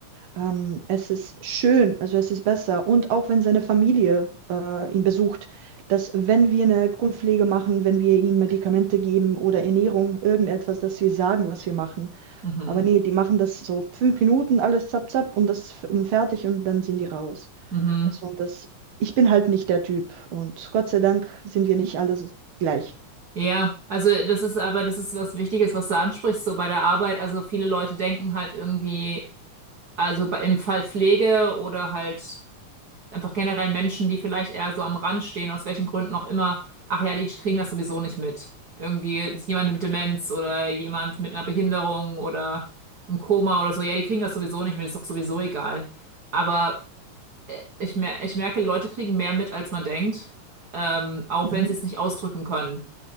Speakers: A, on the right (about 75°); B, on the right (about 50°).
A: Ähm, es ist schön, also es ist besser. Und auch wenn seine Familie äh, ihn besucht, dass wenn wir eine Grundpflege machen, wenn wir ihm Medikamente geben oder Ernährung, irgendetwas, dass wir sagen, was wir machen.
B: Mhm.
A: Aber nee, die machen das so fünf Minuten, alles zapp, zapp und das ist f- ähm, fertig und dann sind die raus.
B: Mhm.
A: Weißt du, und das, ich bin halt nicht der Typ und Gott sei Dank sind wir nicht alle so gleich.
B: Ja, also das ist aber, das ist was Wichtiges, was du ansprichst, so bei der Arbeit. Also viele Leute denken halt irgendwie, also bei, im Fall Pflege oder halt einfach generell Menschen, die vielleicht eher so am Rand stehen, aus welchen Gründen auch immer, ach ja, die kriegen das sowieso nicht mit. Irgendwie ist jemand mit Demenz oder jemand mit einer Behinderung oder im Koma oder so, ja, die kriegen das sowieso nicht mit, ist doch sowieso egal. Aber äh, ich mer ich merke, Leute kriegen mehr mit, als man denkt, ähm, auch
A: Mhm.
B: wenn sie es nicht ausdrücken können.